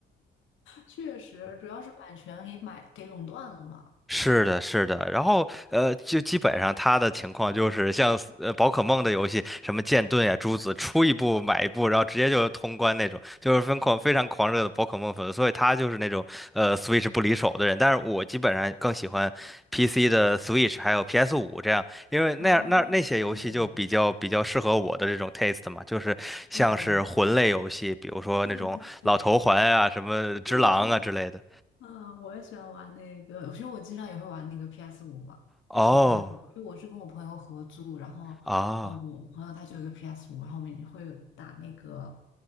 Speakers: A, on the left; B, in the centre.
A: 确实主要是版权给买给垄断了嘛。
B: 是的，是的，然后呃，就基本上他的情况就是像呃宝可梦的游戏，什么剑盾呀、朱子，出一部买一部，然后直接就通关那种，就是疯狂非常狂热的宝可梦粉，所以他就是那种呃 Switch 不离手的人。但是我基本上更喜欢 PC 的 Switch 还有 p s 五这样，因为那样那那些游戏就比较比较适合我的这种
A: 哦，对，
B: taste 嘛，就是像是魂类游戏，
A: 是的，
B: 比如说那种老头环啊、
A: 对对对，
B: 什么只狼啊之类的。
A: 是的，是的，啊，我也喜欢玩那个，其实我经常也会玩那个 p s 五嘛，
B: 哦，
A: 因为我朋友，因为我是跟我朋友合租，然后，
B: 啊。
A: 嗯，我朋友他就有个 p s 五，然后我们也会打那个，